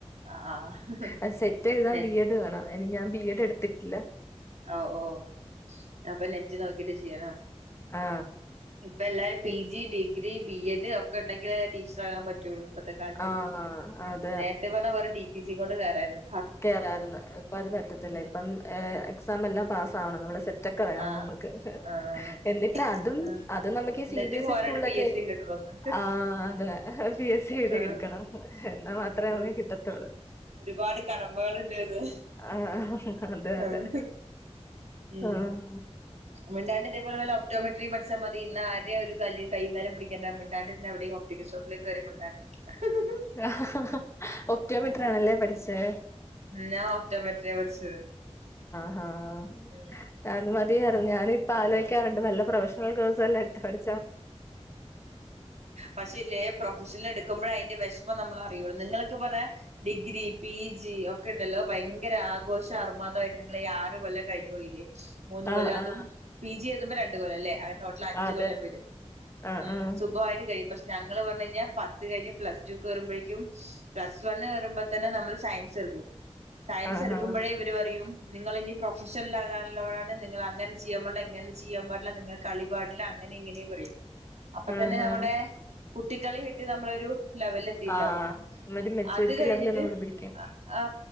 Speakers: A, on the right (about 75°); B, on the left (about 25°).
A: ആഹ് ആഹ്
B: അത് സെറ്റ് എഴുതാൻ
A: നെറ്റ്
B: ബീ എഡ് വേണോ അയിന് ഞാൻ ബീ എഡ് എടുത്ത്ട്ട്ല്ല
A: ഔ ഓ അപ്പൊ നെറ്റ് നോക്കീട്ട് ചെ ചിയണോ ഉം
B: ആ
A: ഇപ്പ ല്ലാരും P G degree B Ed ഒക്കെ ഇണ്ടെങ്കിലലെ ടീച്ച്റാകാൻ പറ്റൊള്ളൂ ഇപ്പത്തെ കാലത്ത്
B: ആ ആ, അതെ
A: നേരത്തെ പറഞ്ഞ വെറും ട്ടീ ട്ടീസീ കൊണ്ട് കേറായിരുന്നു
B: കേറാര്ന്ന് ഇപ്പ അത് പറ്റത്തില്ല
A: ഉം
B: ഇപ്പം ഏഹ് എക്സാമെല്ലാം പാസ്സാവണം നമ്മള് സെ ത്തൊക്കെ വേണം
A: ആഹ്
B: നമ്മക്ക് ഹ് ഹ്
A: ആഹ്
B: എന്നിട്ട് അതും
A: ആഹ്
B: അത് നമ്മക്ക് ഈ
A: എന്നിട്ട്
B: സീ, ബീ എസ്
A: പോരാണ്ട്
B: ഇ സ്കൂളിലൊക്കെ
A: പി എസ് സിയും കിട്ടണന്ന്
B: ആഹ് അതെ പീ എസ്സി എഴുതി
A: ആഹ്
B: കിടിക്കണം എന്നാ മാത്രേ
A: ആഹ്
B: നമ് കിട്ടത്തൊള്ളൂ
A: ഒരുപാട് കടമകളുണ്ട്ന്ന്
B: ആഹ് ഹ് അതെ
A: ആഹ്
B: അതെ
A: ഉം
B: ആഹ്
A: മിണ്ടാണ്ട് ഇതേപോലെ വല്ല ഒപ്റ്റോമെട്രീ പഠിച്ചാ മതി. ഇന്നാ ആരേ ഒരു കല്ല് കയ്യും കാലും പിടിക്കണ്ട മിണ്ടാണ്ടിര്ന്ന് എവിടെയും ഒപ്റ്റിക്കൽ ഷോപ്പിലും കേറി മിണ്ടാണ്ടിരിക്ക ഹ് ഹ് ഹ്
B: ഹ് ഹ് ഹ് ഒപ്റ്റോമെട്രി ആണല്ലേ പഠിച്ചേ
A: ഞാൻ ഓപറ്റോമെട്രിയാ പഠിച്ചത്
B: ആ ആ
A: ഉം
B: അത് മതിയാരുന്നു ഞാനും ഇ ഇപ്പൊ ആലോചിക്കാറുണ്ട് നല്ല പ്രൊഫഷണൽ കോഴ്സ് വല്ലോ എടുത്ത് പഠി
A: പക്ഷെ ഇല്ലേ പ്രൊഫഷണൽ എടുക്കുമ്പോഴ അയിന്റെ വിഷമ... അപ്പൊ നമ്മള അറിയുള്ളൂ. നിങ്ങളൊക്കെ പറഞ്ഞ ഡിഗ്രി പി ജി ഒക്കെയുണ്ടല്ലോ ഭയങ്കര ആഘോഷ അർമാദായിട്ട് നിങ്ങളീ ആറ് കൊല്ലം കഴിഞ്ഞു പോയില്ലേ മൂന്ന് കൊല്ലം
B: ആഹ്
A: അതും
B: ആഹ്
A: പി ജി എഴുതുമ്പോ ര... <unintelligible> ടോട്ടൽ അഞ്ച്കൊല്ലം
B: അതെ
A: വരും
B: ആഹ്
A: ഉം
B: ആഹ്
A: സുഖം ആയിട്ട് കഴി ഇപ്പൊ ഞങ്ങള് പറഞ്ഞ് കഴിഞ്ഞ പത്ത് കഴിഞ്ഞ് പ്ലസ് ടു കേറുമ്പോഴേക്കും പ്ലസ് വണ് കേറുമ്പോ തന്നെ നമ്മള് സയൻസ് എടുക്കും സയൻസ്
B: ആഹ്
A: എടുക്കുമ്പോഴേ
B: ആഹ്
A: ഇവര് പറയും നിങ്ങൾ ഇനി പ്രൊഫഷണലാകാനുള്ളവരാണ് നിങ്ങ അങ്ങനെ ചെയ്യാൻ പാടില്ല ഇങ്ങനെ ചെയ്യാൻ പാടില്ല നിങ്ങൾ കളി പാടില്ല അങ്ങനെ ഇങ്ങനെയെ പറയും അപ്പൊ
B: ആഹ്
A: തന്നെ നമ്മുടെ കുട്ടിക്കളി വിട്ട് നമ്മളൊരു ലെവല് എത്തിണ്ടാവും
B: ആഹ് ആഹ് ഒരു മെച്യൂരിറ്റി
A: അത് കഴിഞ്ഞിട്ട്
B: ലെവല് നമ്മള് പിടിക്കും
A: അ ആ